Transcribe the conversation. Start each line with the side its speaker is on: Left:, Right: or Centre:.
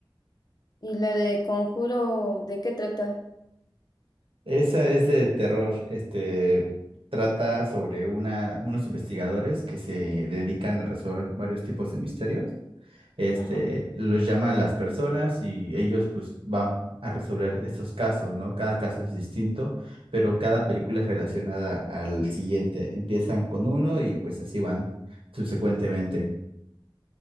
Left: ¿Y la de Conjuro, de qué trata?
Right: Esa es de terror. Este trata sobre una, unos investigadores que se dedican a resolver varios tipos de misterios. Este,
Left: Ajá.
Right: los llaman las personas y ellos pues van a resolver estos casos, ¿no? Cada caso es distinto, pero cada película es relacionada al siguiente. Empiezan con uno y pues así van subsecuentemente.